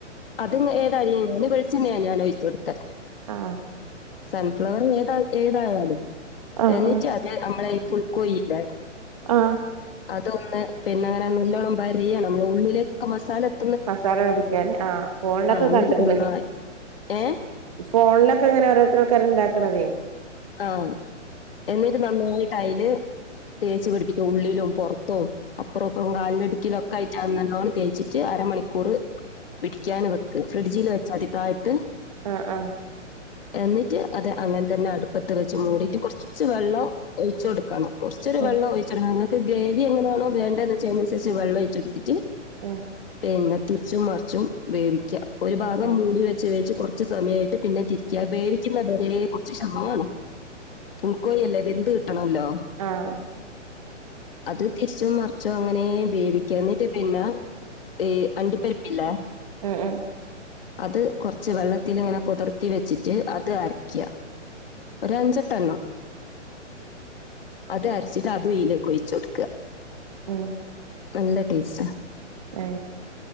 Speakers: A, on the left; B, on the right.
A: അത് ഏതായാലും ഞൻ വെളിച്ചണ്ണാ ഞാനൊഴിചൊടുത്തെ
B: ആ
A: സൺഫ്ലവർ ഏതാ ഏതായാലും
B: ആഹ്
A: എന്നച്ചാ
B: ആഹ്
A: അത് നമ്മളെ പുൾക്കോഴില്ലേ
B: ആഹ്
A: അതൊന്ന് പിന്നെ അങ്ങനെ നല്ലോണം വരിയണം ഉള്ളിലേക്കൊക്കെ മസാല ലെ
B: മസാല ഒടിക്കാൻ ആ ഫോണിലൊക്കെ
A: എന്നിട്ട്
B: കണ്ട്ക്ക്ണ്
A: നന്നായി ഏ
B: ഫോണിലൊക്കെ ഇങ്ങനെ ഓരോരുത്തരൊക്കെ ഉണ്ടാക്കണതേ
A: ആ എന്നിട്ട് നന്നായിട്ട് അതില് തേച്ച് പിടിപ്പിക്കും ഉള്ളിലും പൊറത്തും അപ്പറം ഇപ്പറും കാലിന് അടുക്കിലോ ഒക്കെ ആയിട്ട് നല്ലോണ്ണം തേച്ചിട്ട് അരമണിക്കൂർ പിടിക്കാന് വെക്ക് ഫ്രിഡ്ജില് വെച്ചാതിട്ടോ ആയിട്ട് താഴത്ത്
B: ആ ആ
A: എന്നിട്ട് അത് അങ്ങനെ തന്നെ അടുപ്പത്ത് വെച്ച് മൂടിട്ട് കുറച്ച് വെള്ളം ഒഴിചൊടുക്കണം കൊർച്ചൊരു
B: ഉം
A: വള്ളം ഒഴിച്ചെടുക്കാണം ഇങ്ങൾക്ക് ഗേവി എങ്ങനാണോ വേണ്ടന്ന് വെച്ച അയിനനുസരിച്ച് വെള്ളം ഒഴിച്ചെടുത്തിട്ട്
B: ഉം
A: പിന്നെ തിരിച്ചും മറിച്ചും വേവിക്ക ഒരു ഭാഗം
B: ഉം
A: മൂടി വെച്ച് വേച്ച് കൊറച്ച് കൊറച്ച് സമയമായിട്ട് പിന്നെ തിരിക്ക വേവിക്കുന്ന വരേ കൊർച്ച് ക്ഷമാണം ഫുൾക്കോഴില്ലേ ത് ട്ടണല്ലോ
B: ആഹ്
A: അത് തിരിച്ചും മറിച്ചും അങ്ങനേ വേവിക്ക എന്നിട്ട് പിന്നെ ഏ അണ്ടിപ്പരപ്പില്ലെ
B: ഉം ഉം
A: അത് കുറച്ച് വെള്ളത്തില്ങ്ങനെ പൊതർത്തി വെച്ചിട്ട് അത് അരക്ക ഒരു അഞ്ചട്ടണ്ണം അത് അരച്ചിട്ട് അതും ഇതിലേകൊഴിച്ച് കൊടുക്കുക
B: ആഹ്
A: നല്ല ടേസ്റ്റാ
B: അ